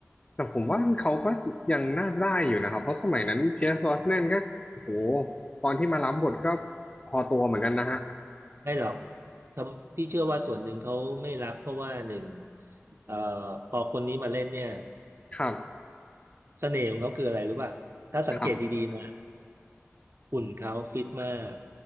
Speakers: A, on the left (about 25°); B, on the right (about 60°).
A: แต่ผมว่าเขาก็ยังน่าได้อยู่นะครับ เพราะสมัยนั้นเพียร์สบรแนนก็โอ้โหตอนที่มารับบทก็พอตัวเหมือนกันนะฮะ
B: ไม่หรอกทำพี่เชื่อว่าส่วนหนึ่งเขาไม่รับเพราะว่าหนึ่งเอ่อพอคนนี้มาเล่นเนี่ย
A: ครับ
B: เสน่ห์ของเขาคืออะไรรู้ป่ะถ้าสังเกตดีๆนะ
A: ครับ
B: หุ่นเขาฟิตมาก